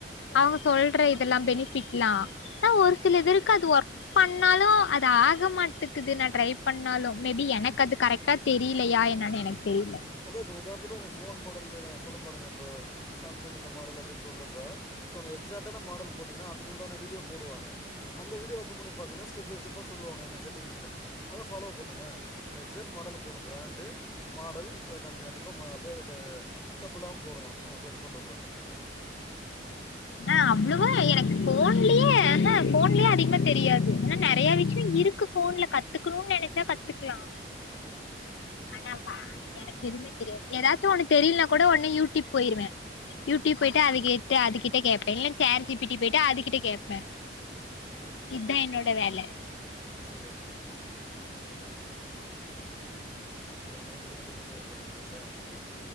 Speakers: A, on the left (about 85°); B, on the left (about 15°).
A: அவுங்க
B: ம்
A: சொல்ற இதெல்லாம் பெனிஃபிட்லா ஆனா
B: ம்
A: ஒரு
B: ம்
A: சில இதுருக்கு அது ஒர்க பண்ணாலும் அது ஆக மாட்டக்குது நான் ட்ரை பண்ணாலும் மேபி எனக்கு அது கரெக்டா தெரியலையா என்னனு எனக்கு தெரியல
B: அதா இப்ப உதாரணத்துக்கு ஒங்க ஃபோன் மாடல் ஏத சொல்றே பாருங்க இப்ப சாம்சங் இந்த மாடல் அப்டின்னு சொல்றப்ப சோ அந்த எக்ஸக்டான மாடல் போட்டீங்கன்னா அதுக்குண்டான வீடியோ போடுவாங்க அந்த வீடியோ ஓபன் பண்ணி பாத்தீங்கன்னா ஸ்டெப் பை ஸ்டெப்பா சொல்லுவங்க என்ன என்ன செட்டிங்ஸ்ன்னு அத ஃபாலோ பண்ணுங்க அந்த எக்ஸெ்ட் மாடல போடணு பிராண்டு மாடல் அத கண்டி கண்டிப்பா ம அப்டியே க தப்பு இல்லாம போடணு நம்ம சர்ச் பண்றப்ப
A: ஆ அவ்வளவா எனக்கு ஃபோன்லயே ஆன ஃபோன்லயே அதிகமா தெரியாது ஆனா நெறையா விஷயோ இருக்கு ஃபோன்ல கத்துக்கணுன்னு நெனைச்சா கத்துக்கலா
B: ஆமா
A: ஆனா வா
B: ஆமா
A: எனக்கு எதுமே தெரியாது ஏதாச்சு ஒன்னு தெரியலன்னா கூட ஒன்னே யூடியூப் போயிருவே
B: ம்
A: யூடியூப்
B: ம்,
A: போயிட்டு அத கே ட்டு அது கிட்ட கேப்பே இல்ல ஷேட் ஜீ பி டி போயிட்டு அது கிட்ட கேப்பே
B: ம்
A: இதா என்னோட வேலை
B: சேரி சேரிங்க அப்பறோ நைட்டுக்கு என்ன டிஃபன் செய்ய போறிங்க வீட்ல